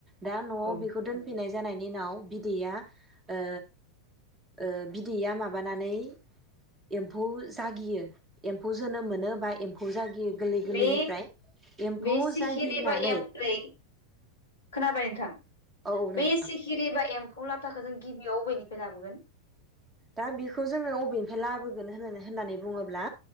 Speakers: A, on the right; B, on the left.
A: दा न'आव
B: औ
A: बे दोनफैनाय जानायनि उनाव बिदैया ओ ओ बिदैया माबानानै एम्फौ जागियो एम्फौ जोनोम मोनो बा एम्फौ जागियो। गोरलै गोरलैनिफ्राय
B: बे
A: एम्फौ
B: बे सिखिरि
A: जागिनानै,
B: बा एम नै खोनाबाय नोंथां,
A: औ नों
B: बे सिखिरि बा एम एमफौ लाथाखौ जों गिबियाव बबेनिफ्राय लाबोगोन?
A: दा बेखौ जोङो अबेनिफ्राय लाबोगोन होननानै होननानै बुङोब्ला।